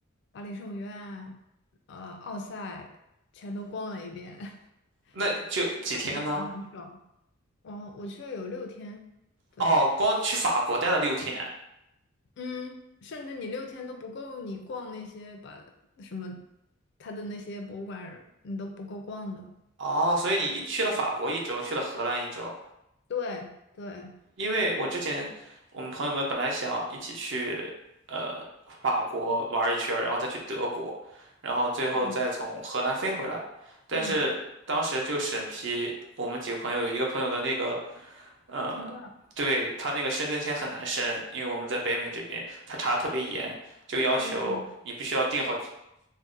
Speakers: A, on the left; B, on the right.
A: 巴黎圣母院、呃奥赛全都逛了一遍，<laughs>
B: 那就几天呢？
A: 看博物馆很爽。我我去了有六天，对，
B: 哦，光去法国待了六天。
A: 嗯，甚至你六天都不够你逛那些把什么他的那些博物馆儿你都不够逛的。
B: 哦，所以你一去了法国一周，去了荷兰一周。
A: 对对，
B: 因为我之前我们朋友们本来想一起去呃法国玩一圈儿，然后再去德国，然后最后再从荷兰飞回来。
A: 嗯
B: 但是当时就审批我们几个朋友，
A: 嗯，
B: 有一个朋友的那个呃，
A: 签证
B: 对他那个申根签很难申，因为我们在北美这边，他查的特别严，就要求你必须要订好。
A: 问题。